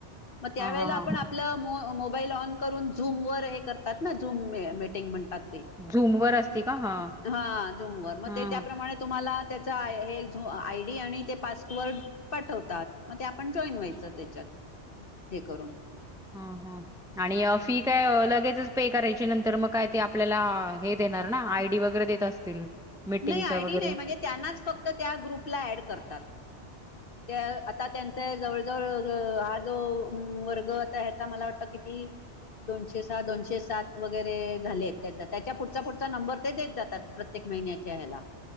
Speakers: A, on the left; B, in the centre.
A: मग त्या
B: हा
A: वळे
B: हा
A: आपण आप मोबाईल ऑन करून झूम व हे करतात ना जूम मीटींग म्हणतात
B: झूम वर असती का हा
A: हा जुमवरर मग
B: हा
A: ते त्याप्रमाणे तुम्हाला त्याचा हे झ आय डी आणि ते पासवर्ड पाठवतात मग ते आपण जॉईन व्हायचं त्याच्यात हे करून
B: ह हा आणि फी काय लगेचच पे करायची नंतर मग काय ते आपल्याला हे देणार ना आय डी वगैरे देत असतील मीटिंगच
A: नाही आयडी
B: वगैरे
A: नाही म्हणजे त्यांनाच फक्त त्या ग्रुपला ऍड करतात त्या आता त्यांचा जवळ जवळ हा जो वर्ग आता ह्याचा मला वाटत किती दोनशे सहा दोनशे सात वगैरे झाले आहेत त्याचा त्याच्या पुढचा पुढचा नंबर ते देत जातात प्रत्येक महिन्याच्या ह्याला